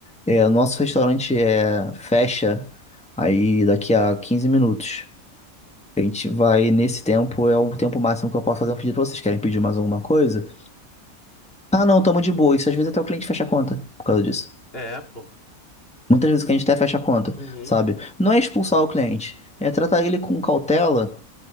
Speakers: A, in the centre; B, on the left.
A: é, o nosso restaurante é, fecha aí daqui a 15 minutos. A gente vai nesse tempo, é o tempo máximo que eu posso fazer um pedido pra vocês. Querem pedir mais alguma coisa? Ah, não, tamo de boa. Isso às vezes até o cliente fecha a conta por causa disso.
B: É, pô.
A: Muitas vezes o cliente até fecha a conta,
B: uhum,
A: sabe? Não é expulsar o cliente, é tratar ele com cautela